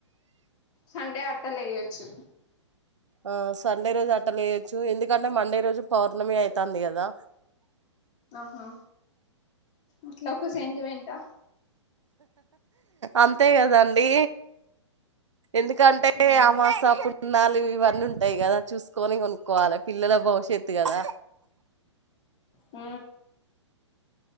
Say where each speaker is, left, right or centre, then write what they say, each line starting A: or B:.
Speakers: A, on the left; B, on the right.
A: సండే అట్టలు ఎయ్యొచ్చు
B: ఆ సండే రోజు అట్ట లేయొచ్చు ఎందుకంటే మండే రోజు పౌర్ణమి అవుతాంది కదా
A: ఆహా అట్లా ఒక సెంటిమెంట్ హ
B: అంతే కదాండి ఎందుకంటే
A: ఆ
B: అమాస పున్నాలు ఇవన్నీ ఉంటాయి కదా చూసుకొని కొనుక్కోవాలి పిల్లల భవిష్యత్తు కదా
A: ఊ